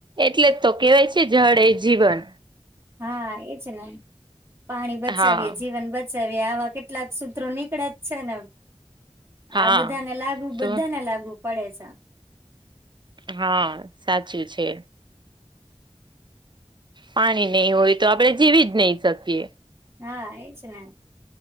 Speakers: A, on the right (about 45°); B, on the right (about 20°).
A: એટલે તો કેવાય છે જાળ એ જીવન
B: હા એ જ ને પાણી બચાવીએે
A: હા
B: જીવન બ આવા કેટલાક સૂત્રો નીકળા છે ને આમ
A: હા
B: આ બધાને લાગુ બધાને
A: તો
B: લાગુ પડે છે
A: હા સાચું છે પાણી નઈ હોય તો આપડણે જીવી જ નઈ શકીએ
B: હા એજ ને